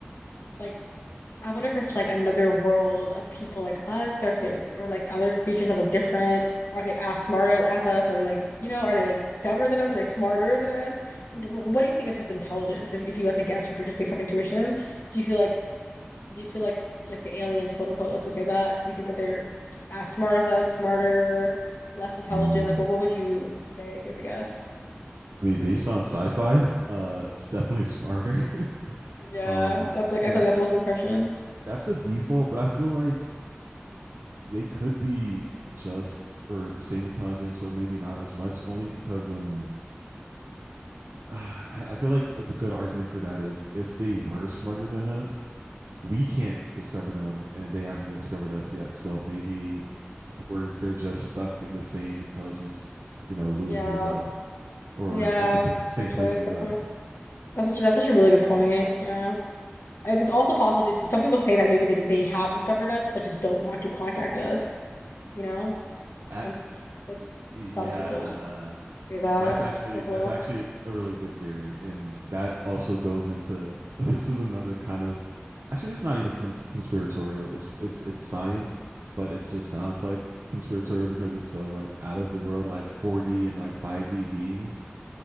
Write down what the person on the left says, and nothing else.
like I wonder if it's like another world of people like us, or if they, or like other creatures that look different. Are they as smart as us? Are they like, you know, are they like dumber than us? Are they smarter than us? What do what do you think in terms of intelligence? If, if you had to guess, or if you're just based off intuition, do you feel like, do you feel like, like the aliens, quote unquote, let's just say that? Do you think that they're s- as smart as us, smarter, less intelligent?
Like, what, what would you say if you had to guess?
Yeah,
that's like,
I feel
like that's almost the impression.
Yeah,
yeah,
actually,
that's
a good
point. That's such a, that's such a really good point. Yeah. And it's also possible to see some people say that maybe they they have discovered us but just don't want to contact us. You know,
some like
some people s- say that
as well.